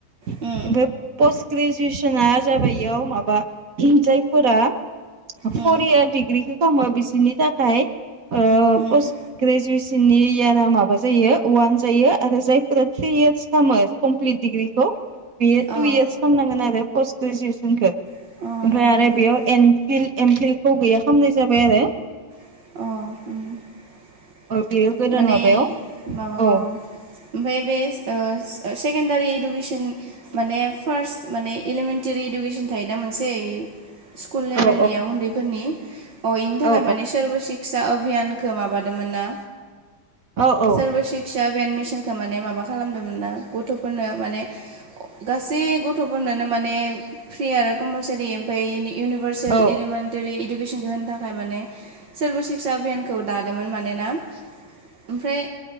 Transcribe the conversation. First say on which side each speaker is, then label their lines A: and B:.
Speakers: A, on the right; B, on the right.
A: ओमफ्राय
B: उम
A: पस्ट ग्रेजुवेसना जाबाय इयाव माबा जायफोरा फर
B: उम
A: इयार डिग्रिखौ खालामो बिसोरनि थाखाय ओ
B: उम
A: पस्त ग्रेजुवेसननि इयारा माबा जायो अवान। दायो आरो जायफोरा थ्रि इयार्स खालामो कमप्लिट डिग्रिखौ बेयो
B: अ
A: टु इयार्स खालामनांगोन आरो पस्ट ग्रेजुवेसनखौ।
B: अ
A: ओमफ्राय
B: नंगौ
A: आरो
B: नंगौ
A: बेयाव एनफिल एमफिल्खौ गैया खालामनाय जाबाय आरो।
B: <unintelligible> औ
A: औ बेयो गोदान
B: माने
A: माबायाव
B: माबाखौ
A: औ
B: ओमफ्राय <unintelligible> ओ ओ सेकेनदारि इदुकेसन माने फार्स माने इलेमेनटारि इदुकेसन थायो दा मोनसे इ स्कुल लेबेलनिया
A: औ
B: उन्दैफोरनि अ इनि थाखाय
A: औ
B: माने सर्भ सिक्सा अभियानखौ माबादोंमोन ना।
A: औ औ
B: सर्भ सिक्सा अभियान मिसन खौ माने माबा खालामदोंमोन ना गथ'फोरनो माने गासै गथ'फोरनोनो माने फ्रि आरो कम्पालसारि ओमफ्राय इउनिभार्सेल
A: औ
B: इलिमेन्ट टरि इडुकेसनखौ होनो थाखाय माने सोर्भ सिक्सा अभियानखौ दादोंमोन मानोना ओमफ्राय